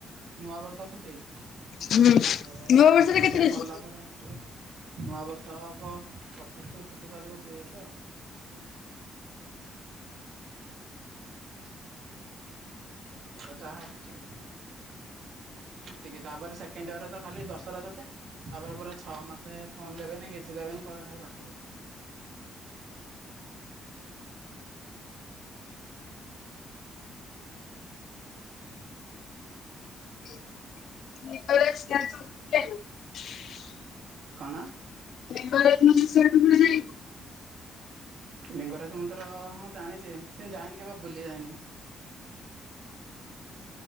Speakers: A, on the right (about 70°); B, on the left (about 65°).
A: ନୂଆ ବର୍ଷ ଛୁଟି।
B: ହୁଁ
A: ତାପରେ
B: ନୂଆ ବର୍ଷରେ
A: ପରୀକ୍ଷା
B: କେତେଟା
A: ସରିଲା।
B: ଅଛି?
A: <unintelligible> ନୂଆବର୍ଷ ହବ ପଚିଶ ଠୁ ଛୁଟି କରିବେ ଦୁଇ ଏତେ ଆଉ। ତାପରେ ଯାହା ଅଛି। ଏତିକି ତାପରେ ସେକେଣ୍ଡ ୟିଅର୍ ରେ ତ ଖାଲି ଦଶରା ଛୁଟି। ତାପରେ ପୁରା ଛଅ ମାସେ ଫୋନ୍ ଦେବେନି କିଛି ଦେବେନି କହିବେ ଖାଲି ପାଠ ପଢ଼।
B: <unintelligible>
A: କଣ?
B: ଲିଙ୍ଗରାଜ ମନ୍ଦିର ସେଇ <unintelligible>
A: ଲିଙ୍ଗରାଜ ମନ୍ଦିର ହଁ ଜାଣିଛି କିନ୍ତୁ ଯାଇନି କେବେ ବୁଲି ଯାଇନି।